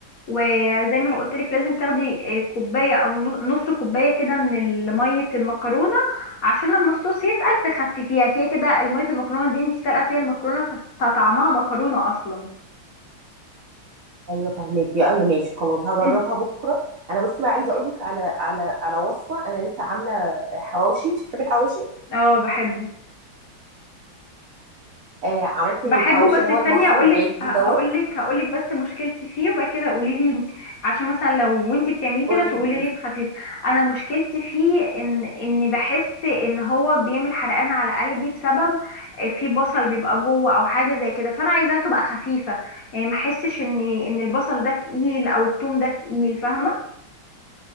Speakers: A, on the left; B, on the right.
A: وزي ما انا قلت لك لازم تاخدي آه، كوبايه او نو- نص كوبايه كده من ال- ميه المكرونه عشان لما الصوص يتقل تخففيها كده كده الميه المكرونه دي انت سالقه فيها المكرونه فطعمها مكرونه اصلا
B: ايوه فهماكي ايوه ماشي خلاص هجربها
A: انت
B: بكره انا بصي بقى عايزه اقول لك على على على وصفه انا لسه عامله حواوشي انت بتحبي الحواوشي
A: اه بحبه
B: آه عملت
A: بحبه
B: الحواوشي
A: بس
B: اللي هو
A: استني
B: المصري
A: هقولك
B: العادي
A: ه- هقولك
B: دوت
A: هقولك بس مشكلتي فيه وبعد كده قولي لي عشان مثلا لو وانتي بتعمليه كده
B: قولي
A: تقولي
B: لي
A: لي بخفيف انا مشكلتي فيه ان ان بحس ان هو بيعمل حرقان على قلبي بسبب آه، في بصل بيبقى جوه او حاجه زي كده فانا عايزاها تبقى خفيفه يعني ما احسش ان ان البصل ده تقيل او التوم ده تقيل فاهمه